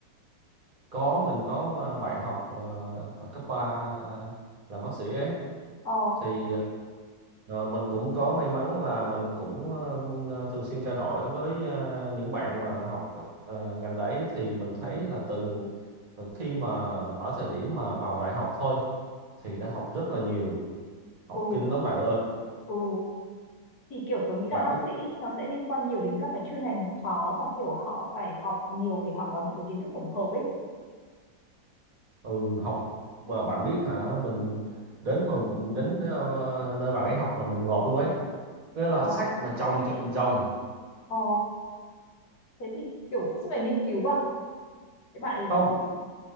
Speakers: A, on the right; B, on the left.
A: có mình có ờ, bạn học ờ, thời cấp 3 là là bác sĩ ấy
B: ờ,
A: thì ờ, mình cũng có may mắn là mình cũng ờ, thường xuyên trao đổi với ờ, những bạn mà học ờ, ngành đấy thì mình thấy là từ từ khi mà ở thời điểm mà vào đại học thôi thì đã học rất là nhiều học
B: ừ,
A: kinh lắm bạn ơi
B: ừ thì kiểu tôi nghĩ
A: bạn
B: là bác
A: biết
B: sĩ nó sẽ liên quan nhiều đến các cái chuyên ngành khó và kiểu họ phải học nhiều để họ có những cái kiến thức tổng hợp ấy
A: ừ học mà bạn biết hả mình đến mà đến ờ, nơi bạn ấy học mà mình ngộp luôn ấy nghĩa là
B: ờ,
A: sách mà chồng chồng chồng
B: ờ thế thì kiểu suốt ngày nghiên cứu à thế bạn ấy
A: không
B: có